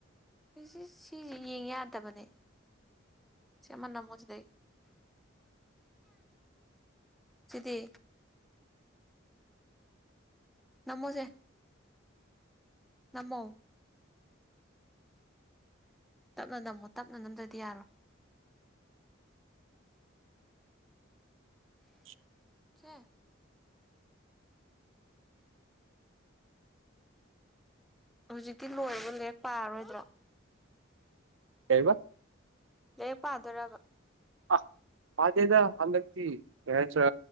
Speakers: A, in the centre; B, on the right (about 75°).
A: ꯑꯩꯁ ꯁꯤꯁꯦ ꯌꯦꯡ ꯌꯥꯗꯕꯅꯦ ꯁꯤꯃ ꯅ ꯑꯃꯨꯁꯤꯗꯩ ꯁꯤꯗꯤ ꯅꯃꯣꯁꯦ ꯉꯃꯣ ꯇꯞꯅ ꯅꯝꯃꯣ ꯇꯞꯅ ꯅꯝꯗ꯭ꯔꯗꯤ ꯌꯥꯔꯣ
B: <unintelligible>
A: ꯊꯦ ꯍꯧꯖꯤꯛꯇꯤ ꯂꯣꯏꯔꯒ ꯂꯦꯛ ꯄꯥꯔꯣꯏꯗ꯭ꯔꯣ
B: ꯀꯩꯕ
A: ꯂ ꯄꯥꯗꯣꯔꯒ
B: ꯑ ꯄꯗꯦꯗ ꯍꯗꯛꯇꯤ ꯌꯥꯆꯥ